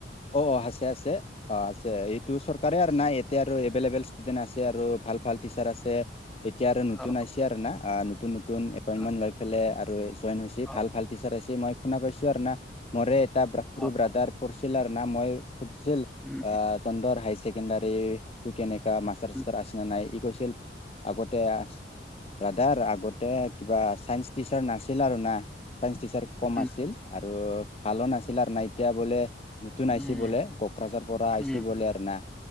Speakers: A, on the left (about 35°); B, in the centre.
A: অ অ আছে আছে অ আছে এইটো চৰকাৰে আৰু নাই এতিয়া আৰু এভেইলেবল ষ্টুডেণ্ট আছে আৰু ভাল। ভাল টিচাৰ আছে এতিয়া আৰু নতুন
B: অ
A: আহিছে আৰু না নতুন নতুন এপইন্মেন
B: অ
A: লৈ পেলে আৰু জইন হৈছে
B: অ
A: ভাল ভাল টিচাৰ আহিছি মই শুনা পাইছোঁ আৰু না। মৰে এটা সৰু
B: অ
A: ব্ৰাদাৰ
B: অ
A: পঢ়ছিলে না মই খুজিছিল
B: উম
A: আহ তহতৰ হায়াৰ ছেকেণ্ডাৰীটো কেনেকা মাষ্টাৰ
B: উম
A: সাষ্টাৰ আছে না নাই। কৈছিল আগতে ব্ৰাদৰ আগতে কিবা ছাইন্স টিচাৰ নাছিল আৰু না চাইন্স টিচাৰ কম
B: উম
A: আছিল আৰু ভালো নাছিল আৰু নাই এতিয়া বোলে। নতুন
B: উম
A: আইচি বোলে কোকৰাঝাৰ পৰা আইচি
B: উম
A: বোলে আৰু না